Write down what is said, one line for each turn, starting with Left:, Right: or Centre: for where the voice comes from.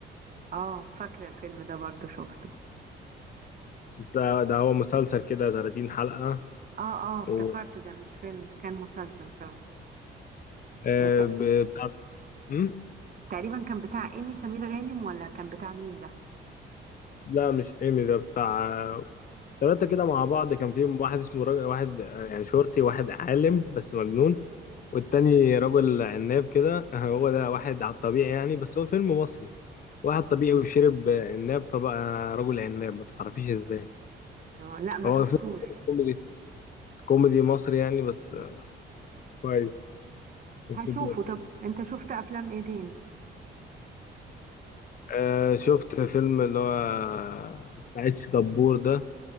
Right: اه فاكرة الفيلم ده برضو شفته
Left: ده ده هو مسلسل كده 30 حلقه
Right: اه اه افتكرت
Left: و
Right: ده مش فيلم ده كان مسلسل فعلا
Left: آه،
Right: آه،
Left: ب- بتاع مم؟
Right: تقريبا كان بتاع ايمي سمير غانم ولا كان بتاع مين ده
Left: لا مش ايمي ده بتاع ثلاثة كده مع بعض كان فيهم واحد اسمه راجل واحد آه، يعني شرطي واحد عالم بس مجنون والتاني رجل عناب كده <laughs> هو ده واحد على الطبيعي يعني بس هو فيلم مصري واحد طبيعي وشرب عناب فبقى رجل عناب ما تعرفيش ازاي
Right: آه، لا ما
Left: هو
Right: شفتوش
Left: فيلم كوميدي كوميدي مصري يعني بس آه، كويس
Right: هشوفه
Left: مش بدي أكتب.
Right: طب انت شفت افلام ايه تاني
Left: آه شفت فيلم اللي هو بتاع اتش دبور ده